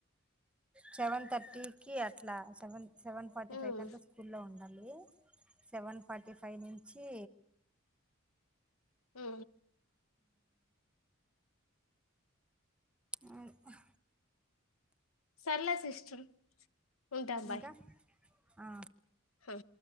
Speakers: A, in the centre; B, on the left.
A: సెవెన్ థర్టీ కి అట్లా seven seven forty
B: um
A: five కంత స్కూలో ఉండాలి. ది సెవెన్ ఫార్టీ ఫైవ్ నుంచి
B: ఉ
A: ఆ హ
B: సర్లే సిస్టర్ ఉంటా బాయ్
A: ఇంకా ఆ
B: హొ